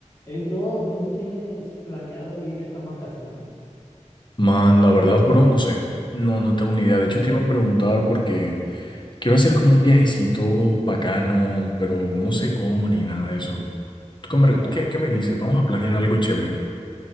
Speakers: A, on the left; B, on the left.
A: Hey, bro, ¿dónde tienes planeado ir estas vacaciones?
B: Man, la verdad, bro, no sé. No, no tengo ni idea. De hecho, te iba a preguntar porque quiero hacer como un viajecito bacano, pero no
A: Sí,
B: sé cómo ni nada de eso. ¿Tú qué me,
A: bueno, a
B: qué-
A: mí,
B: qué me dices? Vamos a planear algo chévere.